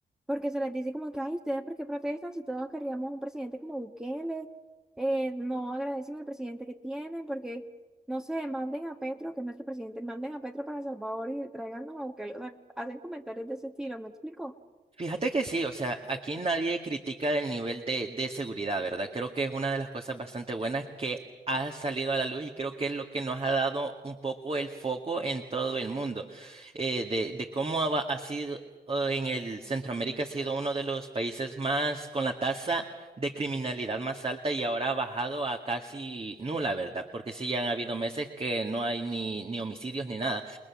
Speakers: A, in the centre; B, on the right.
A: porque se les dice como que, ay, ¿ustedes por qué protestan si todos queríamos un presidente como Bukele? Eh, no agradecen al presidente que tienen, porque... No sé, manden a Petro, que es nuestro presidente, manden a Petro para El Salvador y tráiganos a Bukele. O sea, hacen comentarios de ese estilo, ¿me explico?
B: Fíjate que sí, o sea, aquí nadie critica el nivel de, de seguridad, ¿verdad? Creo que es una de las cosas bastante buenas que ha salido a la luz y creo que es lo que nos ha dado un poco el foco en todo el mundo, eh, de, de cómo ha, ha sido eh, en el Centroamérica ha sido uno de los países más con la tasa de criminalidad más alta y ahora ha bajado a casi nula, ¿verdad? Porque sí, ya han habido meses que no hay ni, ni homicidios ni nada